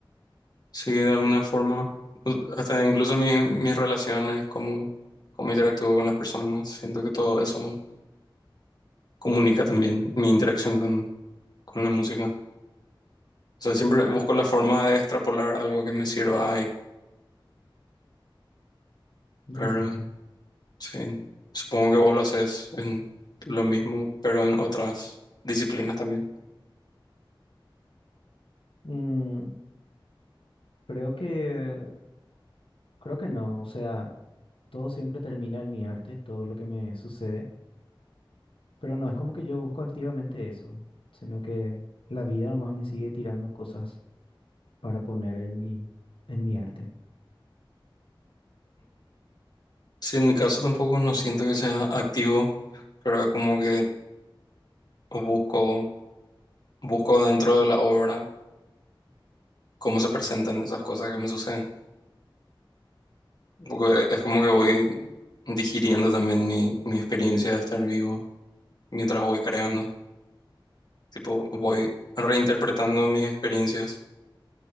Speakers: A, on the left; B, on the left.
A: Sí, de alguna forma, u- hasta incluso mis, mis relaciones, cómo, cómo interactúo con las personas, siento que todo eso comunica también mi interacción con, con la música. O sea, siempre busco la forma de extrapolar algo que me sirva ahí,
B: Interesante.
A: pero sí, supongo que vos lo haces en lo mismo, pero en otras disciplinas también.
B: Mm, creo que, creo que no, o sea, todo siempre termina en mi arte, todo lo que me sucede, pero no es como que yo busco activamente eso, sino que la vida nomás me sigue tirando cosas para poner en mi, en mi arte.
A: Sí, en mi caso tampoco no siento que sea activo, pero es como que busco, busco dentro de la obra cómo se presentan esas cosas que me suceden. Porque es como que voy digiriendo también mi, mi experiencia de estar vivo mientras voy creando. Tipo, voy reinterpretando mis experiencias